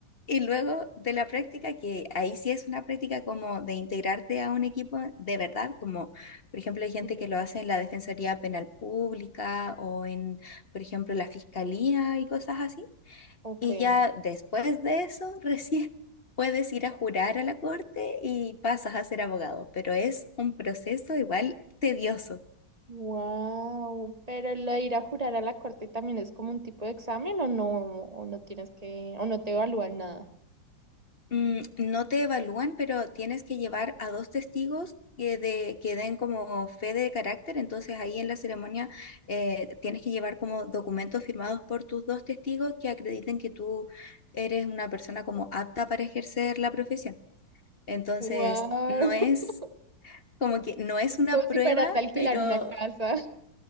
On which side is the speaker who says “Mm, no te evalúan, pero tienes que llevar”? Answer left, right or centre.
Left